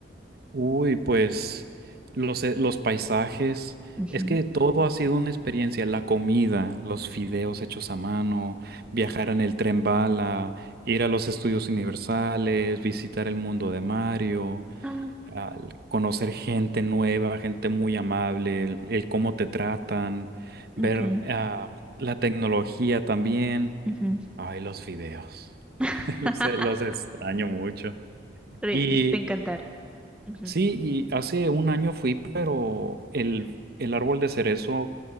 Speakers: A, on the right; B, in the centre.
A: Uy, pues los, eh, los paisajes,
B: Ujú.
A: es que todo ha sido una experiencia, la comida, los fideos hechos a mano, viajar en el tren bala, ir a los estudios universales, visitar el mundo de Mario,
B: Ah,
A: al conocer gente nueva, gente muy amable, el, el cómo te tratan, ver
B: ok.
A: ah, la tecnología también.
B: Ujú.
A: Ay, los fideos,
B: <laughs>
A: <laughs> los, los extraño mucho.
B: Re-
A: Y
B: Te encantar. Ujú,
A: Sí, y hace un año fui, pero el, el árbol de cerezo